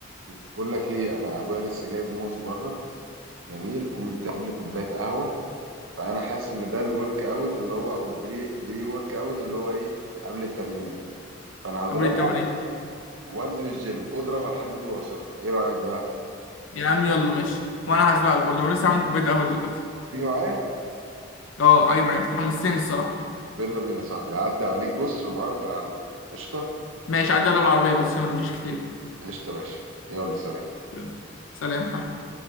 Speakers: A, on the right (about 85°); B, on the left (about 80°).
A: بقول لك ايه انا ابويا لسه جايب موز بره جميل قوم تعمل لي كوبايه قهوه فانا حاسس ان ده الورك اوت اللي هو او البري بري ورك اوت اللي هو ايه قبل التمرينه فانا هضربهم
B: قبل التمرين
A: وانزل الجيم اضرب على الحديد وهو سخن ايه رايك بقى
B: يا عم يلا ماشي وأنا هسبقك والله لسه عامل كوباية قهوة دلوقتي
A: تيجي معايا
B: أه عجبك حمستني الصراحة
A: يلا بينا يا صاحبي عدى عليك بص رباعي ويكون عندك قشطه
B: ماشي عدى عليا بالعربية بس عشان ما نمشيش كتير
A: قشطه يا باشا يلا سلام
B: يلا سلام حبيبي